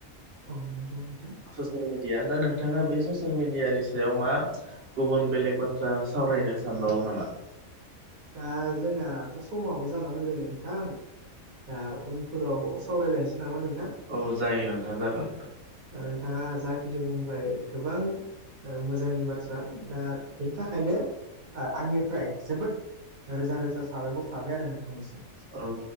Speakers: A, on the right (about 80°); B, on the right (about 55°).
A: औ नंगौ नोंथां
B: ससियेल मिडिया दा नोंथाङा बे ससियेल मिडियानि सायाव मा? गुबुन बेलेग बाथ्रा सावरायनो सानबावो नामा?
A: दा जोंहाथ समाबो जाना फैबाय नोंथां दा उन फोराव सावरायलायनोसै नामा नोंथां?
B: औ औ जायो नोंथां जागोन नोंथां
A: दा नोंथाङा जाखिनि बुंबाय गोबां ओ मोजांनि बाथ थ्रा दा बेनि थाखायनो आं आंनिफ्राय जोबोद रोजा रोजा साबायखर थाबाय आरो नोंथांनिसिम
B: औ